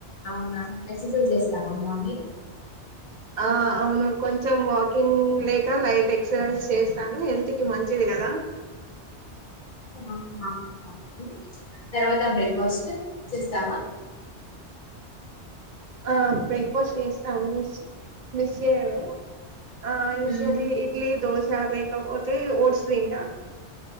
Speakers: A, on the left; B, on the right.
A: అవునా ఎక్సైజ్ చేస్తావా మార్నింగ్
B: ఆ అవును కొంచెం వాక్ కిన్ లేక లైట్ ఎక్సైజ్ చేస్తాను హెల్త్ కి మంచిది కదా
A: ఆహా మళ్ళీ తర్వాత బ్రేక్ఫాస్ట్ చేస్తావ
B: ఆ బ్రేక్ఫాస్ట్ చేస్తా మిస్ మిస్ చేయను ఆ యుజ్వలి
A: హ్మ్
B: ఇడ్లీ దోశ లేకపోత్ తి ఓట్స్ తింటాను